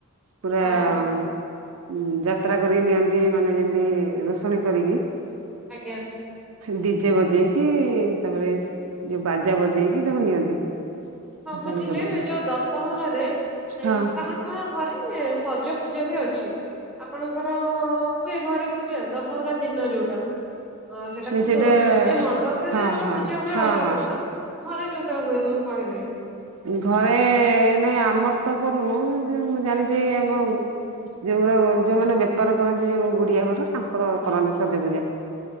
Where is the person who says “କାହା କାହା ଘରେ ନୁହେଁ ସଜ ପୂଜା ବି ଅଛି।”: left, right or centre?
Centre